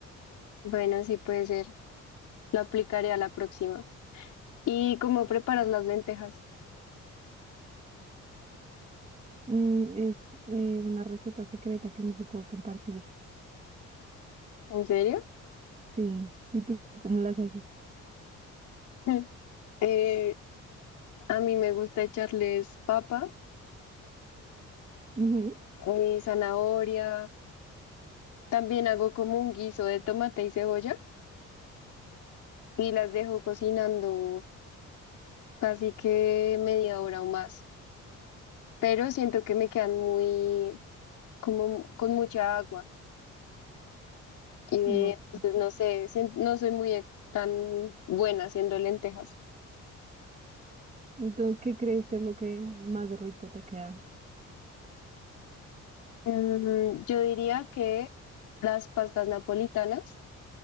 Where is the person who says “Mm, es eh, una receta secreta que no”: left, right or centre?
Right